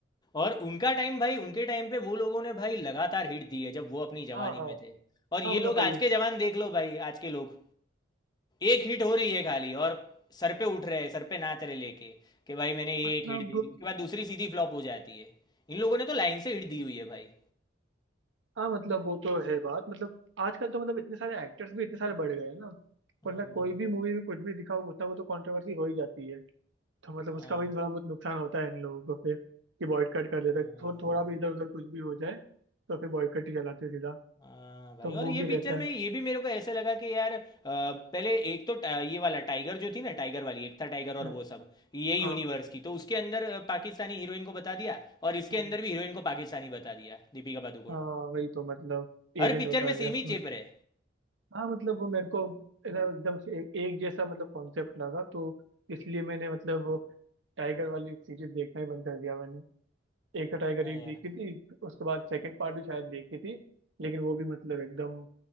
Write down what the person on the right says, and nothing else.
हाँ हाँ
हाँ मतलब
भाई
मतलब
हाँ मतलब वो तो है बात मतलब आजकल तो मतलब इतने सारे एक्टर्स भी इतने सारे बढ़ गए हैं ना
वरना कोई भी मूवी में कुछ भी दिखाओ कुछ ना कुछ तो कंट्रोवर्सी हो ही जाती है तो मतलब उसका
भी थोड़ा बहुत नुकसान होता है इन लोगों को फिर कि बॉयकट कर
देता है थो,
थोड़ा भी इधर उधर कुछ भी हो जाए तो फिर बॉयकट ही चलाते हैं सीधा
तो वो
भी
रहता
है
हम्म,
हाँ
हम्म,
हाँ वही तो मतलब एजेंट
बता
दिया
हम्म।
हाँ मतलब वो मेरे को है ना एकदम से एक, एक जैसा मतलब कॉन्सेप्ट लगा तो इसलिए मैंने मतलब वो टाइगर वाली सीरीज देखना ही बंद कर दिया मैंने एक तो टाइगर
एक
देखी थी उसके बाद सेकंड पार्ट भी शायद देखी थी लेकिन वो भी मतलब एकदम